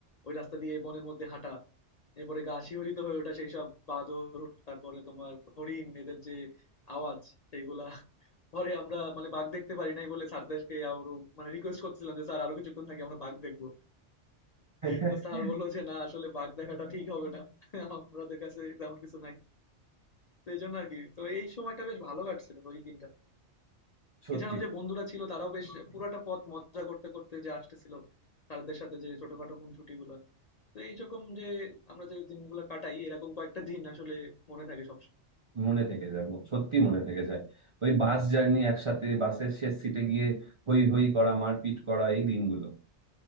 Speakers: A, on the left (about 50°); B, on the right (about 45°).
A: ওই রাস্তা দিয়ে বনের মধ্যে হাঁটা এরপরে গা শিহরিত হয়ে ওঠা সেই সব বাদর তারপরে তোমার হরিণ এদের যে আওয়াজ সেইগুলা পরে আমরা মানে বাঘ দেখতে পারি নাই বলে স্যারদেরকে আরো মানে রিকোয়েস্ট করতেছিলাম যে স্যার আরো কিছুক্ষণ থাকি আমরা বাঘ দেখবো
B: <laughs>
A: তো স্যার বললো যে না আসলে বাঘ দেখাটা ঠিক হবে না আমাদের কাছে তেমন কিছু নাই তো এই জন্য আর কি তো এই সময়টা বেশ ভালো কাটছিল ওই দিনটা
B: সত্যি
A: এছাড়াও যে বন্ধুরা ছিল তারাও বেশ পুরাটা পথ মজা করতে করতে যে আসতেছিল স্যারদের সাথে যে ছোটখাটো খুনসুটি গুলো তো এইরকম যে আমরা যে দিনগুলো কাটাই এরকম কয়েকটা দিন আসলে মনে থাকে সবসময়
B: মনে থেকে যায় সত্যি মনে থেকে যায় ওই বাস জার্নি একসাথে বাসের শেষ সিটে গিয়ে হই হই করা মারপিট করা এই দিনগুলো